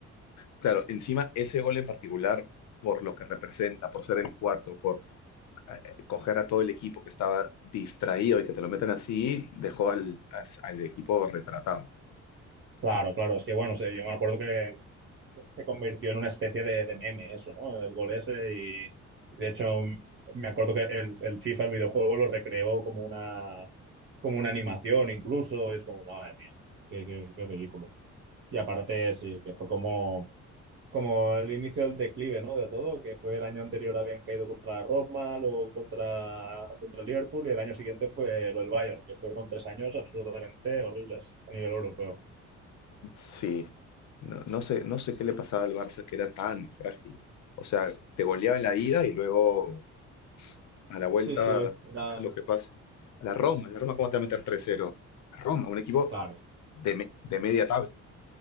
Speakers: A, on the left; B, on the right.
A: claro, encima ese gol en particular, por lo que representa, por ser el cuarto, por eh, coger a todo el equipo que estaba distraído y que te lo metan así, dejó al, as- al equipo retratado.
B: Claro, claro, es que bueno, o sea, yo me acuerdo que se convirtió en una especie de, de meme eso, ¿no? El gol ese y, y de hecho me acuerdo que el, el FIFA, el videojuego, lo recreó como una, como una animación incluso, y es como, madre mía, qué, qué- qué ridículo. Y aparte sí, que fue como, como el inicio del declive, ¿no? De todo, que fue el año anterior habían caído contra la Roma, luego contra, contra el Liverpool y el año siguiente fue lo del Bayern, que fueron tres años absolutamente horribles a nivel europeo.
A: Sí, no, no sé, no sé qué le pasaba al Barça que era tan frágil. O sea, te goleaba en la ida y luego a la vuelta,
B: Sí, sí, era
A: lo que pasa. A la Roma, la Roma, ¿cómo te va a meter 3-0? La Roma, un equipo
B: claro.
A: de, me- de media tabla,